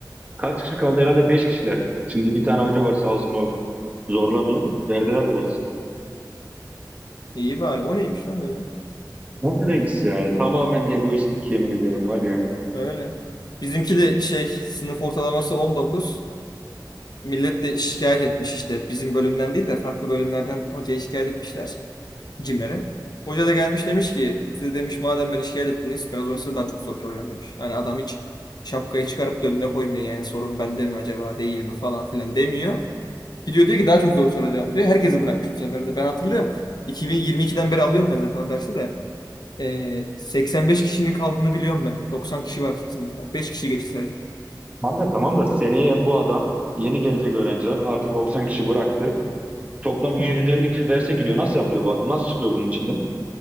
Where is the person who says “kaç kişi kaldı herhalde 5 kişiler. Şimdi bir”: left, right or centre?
Right